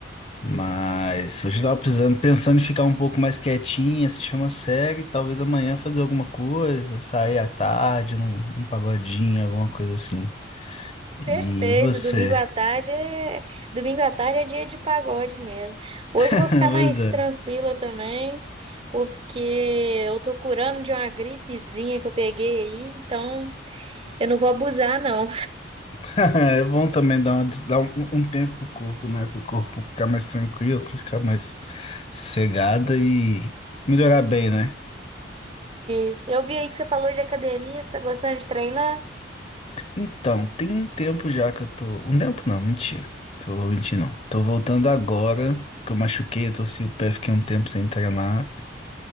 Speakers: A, on the left; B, on the right.
A: Mas hoje eu tava precisando, pensando em ficar um pouco mais quietinho, assistir uma série, talvez amanhã fazer alguma coisa, sair à tarde, num, um pagodinho, alguma coisa assim. E
B: Perfeito,
A: você?
B: domingo à tarde é... domingo à tarde é dia de pagode mesmo. Hoje
A: <laughs>
B: eu vou ficar mais
A: Você?
B: tranquila também, porque eu tô curando de uma gripezinha que eu peguei aí, então eu não vou abusar, não.
A: <laughs> É bom também dar, uma des- dar um, um tempo pro corpo, né? Pro corpo ficar mais tranquilo, ficar mais sossegada e melhorar bem, né?
B: Isso. Eu vi aí que você falou de academia, você tá gostando de treinar?
A: Então, tem um tempo já que eu tô. Um tempo não, mentira. Que eu vou mentir, não. Tô voltando agora, que eu machuquei, eu torci o pé, fiquei um tempo sem treinar.